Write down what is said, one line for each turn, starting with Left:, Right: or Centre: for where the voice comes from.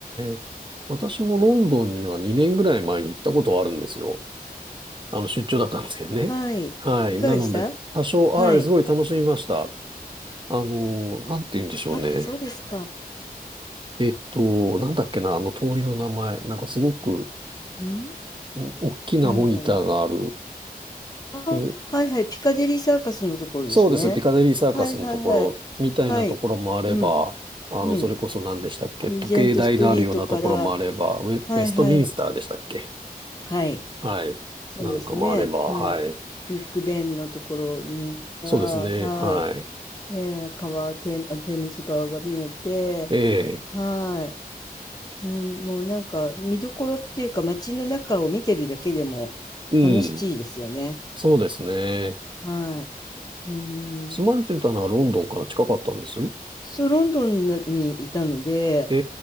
Right: え。私もロンドンには2年ぐらい前に行ったことはあるんですよ。あの、出張だったんですけどね。
Left: はい。
Right: はい。
Left: いかがでした
Right: なので、多少、はい、
Left: はい。
Right: すごい楽しみました。あの、なんて言うんでしょうね。
Left: あ、そうですか。
Right: えっと、なんだっけな、あの通りの名前。なんかすごく、
Left: うん、
Right: ん大きなモニターがある。
Left: なんだろう。あ、
Right: で、
Left: はいはい。ピカデリーサーカスのところですね。
Right: そうです。ピカデリーサーカスのところ、
Left: はいはいはい。
Right: みたいなところもあれば、
Left: はい。うん、
Right: あの、
Left: うん。
Right: それこそ何でしたっけ時計台のあるようなところもあれば、
Left: リージェントストリートから、
Right: ウェ、ウェストミンスターでしたっけ
Left: はいはい。はい。
Right: はい。
Left: そうですね。
Right: なんかもあれば、
Left: はい。
Right: はい。
Left: ビッグベンのところが、
Right: そうですね。
Left: は
Right: はい。
Left: い。えー、川、テ、テムズ川が見えて、
Right: ええ。
Left: はい。うん、もうなんか見どころっていうか街の中を見てるだけでも楽しいですよね。
Right: うん。そうですね。
Left: はい。うん。
Right: 住まれてたのはロンドンから近かったんです。
Left: そう、ロンドンにいたので、
Right: え